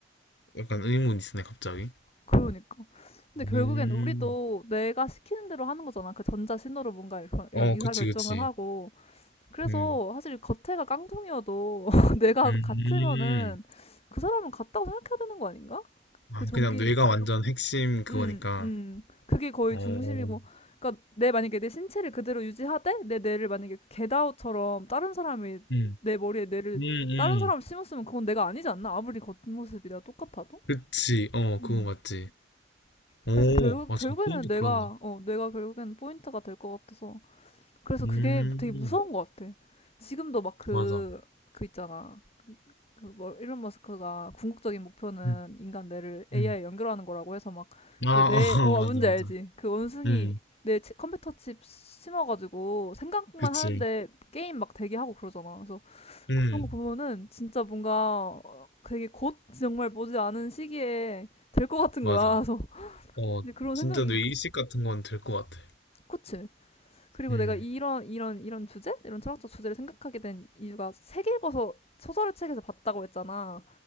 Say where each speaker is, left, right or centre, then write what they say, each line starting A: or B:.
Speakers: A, on the left (about 65°); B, on the left (about 35°).
A: 약간 의문이 있으네, 갑자기.
B: 그러니까. 근데 결국엔
A: 음.
B: 우리도 내가 시키는 대로 하는 거잖아. 그 전자 신호로 뭔가 이런,
A: 어,
B: 이런 의사
A: 그치,
B: 결정을
A: 그치.
B: 하고. 그래서
A: 음.
B: 사실 겉에가 깡통이어도 <laughs> 내가
A: 음.
B: 같으면은 그 사람은 같다고 생각해야 되는 거 아닌가?
A: 아,
B: 그 전기,
A: 그냥 뇌가 완전 핵심 그거니까.
B: 음, 음. 그게 거의
A: 어.
B: 중심이고. 그러니까 내 만약에 내 신체를 그대로 유지하되 내 뇌를 만약에 겟아웃처럼 다른 사람이
A: 음.
B: 내 머리에 뇌를
A: 음, 음.
B: 다른 사람 심었으면 그건 내가 아니지 않나? 아무리 겉모습이라 똑같아도.
A: 그치. 어,
B: 음.
A: 그거 맞지. 오,
B: 그래서 결국
A: 맞아.
B: 결국에는
A: 그건 또
B: 뇌가
A: 그렇네.
B: 어 뇌가 결국에는 포인트가 될 것 같아서. 그래서
A: 음.
B: 그게 되게 무서운 것 같아. 지금도 막 그
A: 맞아.
B: 그 있잖아. 그 뭐, 일론 머스크가 궁극적인 목표는
A: 음.
B: 인간 뇌를 AI에
A: 음.
B: 연결하는 거라고 해서 막
A: 아,
B: 그
A: 어,
B: 뇌,
A: <laughs>
B: 어,
A: 맞아,
B: 뭔지
A: 맞아.
B: 알지? 그 원숭이
A: 응,
B: 뇌 치- 컴퓨터 칩 심어가지고 생각만
A: 그치.
B: 하는데 게임 막 되게 하고 그러잖아. 그래서
A: 응,
B: 그런 거 보면은 진짜 뭔가 되게 곧 정말 보지 않은 시기에 될 것 같은
A: 맞아.
B: 거야. 그래서
A: 어,
B: 이제 그런
A: 진짜
B: 생각이.
A: 뇌 이식 같은 건 될 것 같아.
B: 그치? 그리고
A: 응,
B: 내가 이런, 이런, 이런 주제? 이런 철학적 주제를 생각하게 된 이유가 책 읽어서 소설의 책에서 봤다고 했잖아.